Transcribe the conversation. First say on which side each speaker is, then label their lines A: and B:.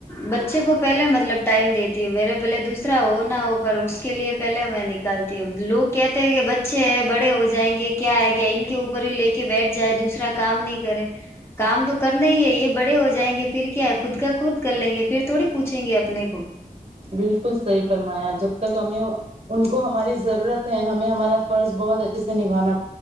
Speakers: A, on the left (about 15°); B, on the right (about 45°).
A: بچے کو پہلے مطلب ٹائم دیتی ہوں میرے بھلے دوسرا ہو نہ ہو پر اس کے لیے پہلے میں نکالتی ہوں لوگ کہتے ہیں کہ بچے ہیں بڑے ہو جائیں گے کیا ہے کیا ان کے اوپر ہی لے کے بیٹھ جائے دوسرا کام نہیں کرے کام تو کرنا ہی ہے یہ بڑے ہو جائیں گے پھر کیا ہے خود کا خود کر لیں گے پھر تھوڑی پوچھیں گے اپنے کو
B: بالکل صحیح فرمایا جب تک ہمیں ان کو ہماری ضرورت ہے ہمیں ہمارا فرض بہت اچھے سے نبھانا